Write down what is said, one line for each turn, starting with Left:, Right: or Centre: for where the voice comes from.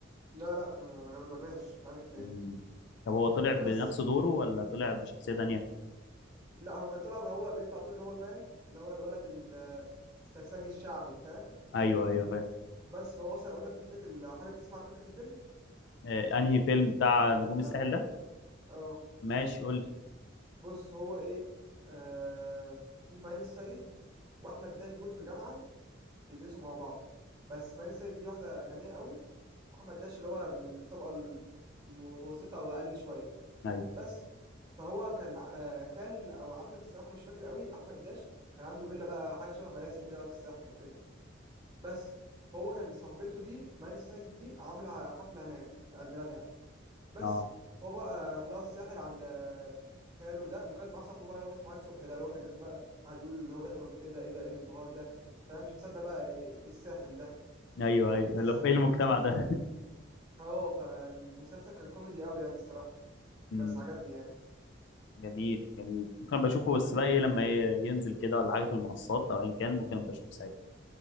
Right: لا لا ما ما جاب- ما جاش مش عارف ليه
Left: مم. طب هو طلع بنفس
Right: بس
Left: دوره ولا طلع بشخصية تانية
Right: لا هو كان طلع هو بيطلع طول اللي هو فاهم اللي هو الولد ال- السرسجي الشعبي فاهم
Left: ايوه ايوه فاهم
Right: بس هو اصلا اقول لك فكره ال- لو حابب تسمع فكره الفيلم
Left: آه انهي فيلم بتاع نجوم الساحل
Right: كان
Left: ده
Right: اه
Left: ماشي قول لي
Right: بص هو ايه آه في ماين السيد واحمد داش دول في جامعه بيدرسوا مع بعض بس ماني سيد دي واحدة غنية قوي أحمد داش اللي هو من الطبقة المتوسطة أو أقل شوية
Left: ايوه
Right: بس فهو كان آه، خال أو عم بصراحة مش فاكر قوي أحمد داش كان عنده فيلا بقى حاجة شبه مراسي كده بقى في الساحل وكده بس هو كان صاحبته دي ماني سيد دي عاملة حفلة هناك في عيد ميلادها بس
Left: اه
Right: هو بقى راح لها الساحل عند آه، خاله ده وخد معاه صاحبه بقى اللي هو اسمه علي صبحي ده اللي هو كان الناس بقى قاعد يقول اللي هو ده كان ايه ده ايه ده ايه الانبهار ده فاهم مش مصدق بقى ايه الساحل ده
Left: ايوه ايوه
Right: بس
Left: اللي هو ايه المجتمع
Right: ف
Left: ده <laughs>
Right: اه فالمسلسل كان كوميدي قوي يعني الصراحة
Left: مم.
Right: بس عجبني يعني
Left: جميل جميل ممكن أبقى اشوفه بس
Right: طب انت
Left: بقى ايه لما ي- ينزل كده ولا حاجة في المنصات او ان كان ممكن أبقى اشوفه ساعتها